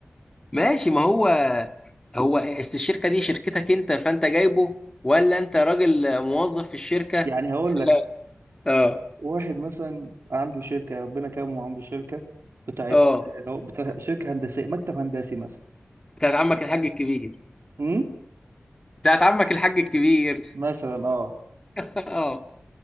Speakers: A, on the left; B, on the right.
A: ماشي ما هو هو است- الشركه دي شركتك انت فانت جايبه ولا انت راجل موظف في الشركه
B: يعني هقول
A: ف-
B: لك
A: اه
B: واحد مثلا عنده شركة ربنا كرمه عنده شركة بتاعت
A: اه
B: لو بتاع شركة هندسية مكتب هندسي مثلا
A: بتاعت عمك الحاج الكبير
B: امم
A: بتاعت عمك الحاج الكبير
B: مثلا اه
A: <laughs> اه